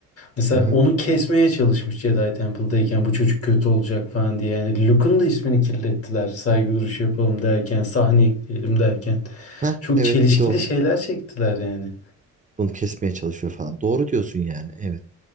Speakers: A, on the left; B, on the right.
A: Mesela
B: Hı hı.
A: onu kesmeye çalışmış Jedi Temple'dayken bu çocuk kötü olacak falan diye. Yani Luke'un da ismini kirlettiler. Saygı duruşu yapalım derken, sahne ekleyelim derken.
B: Heh,
A: Çok
B: evet
A: çelişkili
B: bir de o var.
A: şeyler çektiler yani.
B: Bunu kesmeye çalışıyor falan. Doğru diyorsun yani. Evet.